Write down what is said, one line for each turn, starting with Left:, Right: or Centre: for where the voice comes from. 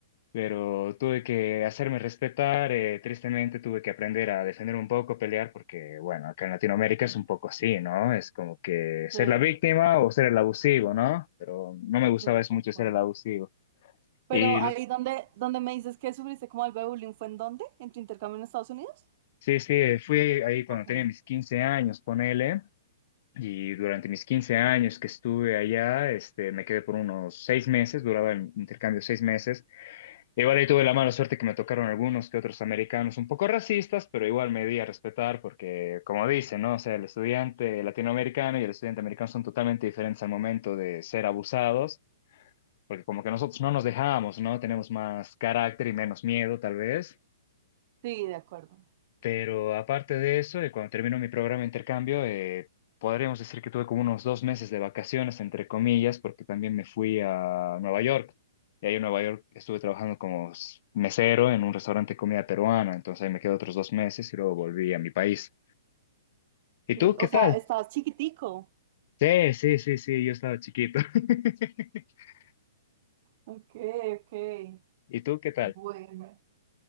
Left: pero tuve que hacerme respetar, eh, tristemente tuve que aprender a defender un poco, pelear, porque bueno, acá en Latinoamérica es un poco así, ¿no? Es como que ser
Right: sí,
Left: la víctima o ser el abusivo, ¿no? Pero no me gustaba
Right: de
Left: eso
Right: acuerdo.
Left: mucho ser el abusivo.
Right: Pero
Left: Y
Right: ahí
Left: lo-
Right: donde, donde me dices que sufriste como algo de bullying, ¿fue en dónde? ¿En tu intercambio en Estados Unidos?
Left: sí, sí, fui ahí cuando
Right: Ok.
Left: tenía mis 15 años, ponele. Y durante mis 15 años que estuve allá, este, me quedé por unos seis meses, duraba el intercambio seis meses, Igual ahí tuve la mala suerte que me tocaron algunos que otros americanos un poco racistas, pero igual me di a respetar porque, como dicen, ¿no? O sea, el estudiante latinoamericano y el estudiante americano son totalmente diferentes al momento de ser abusados, porque como que nosotros no nos dejamos, ¿no? Tenemos más carácter y menos miedo, tal vez.
Right: Sí, de acuerdo.
Left: Pero aparte de eso, eh, cuando terminó mi programa de intercambio, eh, podríamos decir que tuve como unos dos meses de vacaciones, entre comillas, porque también me fui a Nueva York. Y ahí en Nueva York estuve trabajando como s- mesero en un restaurante de comida peruana. Entonces ahí me quedé otros dos meses y luego volví a mi país. ¿Y
Right: Sí,
Left: tú qué
Right: o sea,
Left: tal?
Right: estabas chiquitico.
Left: Sí, sí, sí, sí, yo estaba chiquito. <laughs>
Right: Ok, ok.
Left: ¿Y tú qué tal?
Right: Bueno.